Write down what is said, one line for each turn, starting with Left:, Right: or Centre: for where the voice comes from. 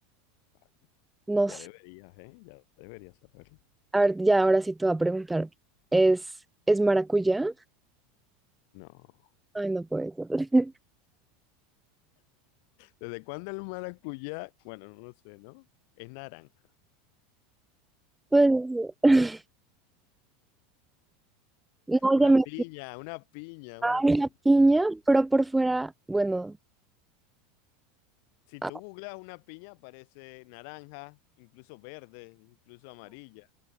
Left: vale.
Centre: No
Left: Ya deberías, ¿eh? Ya deberías saberlo.
Centre: A ver, ya ahora sí te voy a preguntar. ¿Es, es maracuyá?
Left: No.
Centre: Ay, no puede ser. <laughs>
Left: ¿Desde cuándo el maracuyá? Bueno, no lo sé, ¿no? Es naranja.
Centre: Pues, <laughs> no,
Left: Una
Centre: ya me
Left: piña, una piña, una
Centre: en la piña,
Left: piña.
Centre: pero por fuera, bueno,
Left: Si
Centre: ah,
Left: tú googlas una piña, aparece naranja, incluso verde, incluso amarilla.